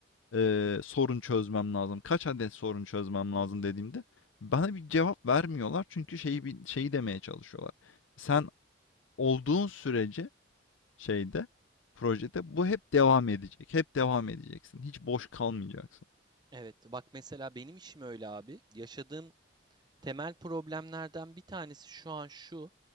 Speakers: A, on the left (about 85°); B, on the right (about 20°).
A: e, sorun çözmem lazım, kaç adet sorun çözmem
B: hı
A: lazım dediğimde bana bir cevap vermiyorlar çünkü şeyi bi- şeyi demeye çalışıyorlar. Sen olduğun sürece şeyde projede bu hep devam edecek, hep devam edeceksin, hiç boş kalmayacaksın.
B: Evet, bak mesela benim işim öyle abi. Yaşadığım temel problemlerden bir tanesi şu an şu.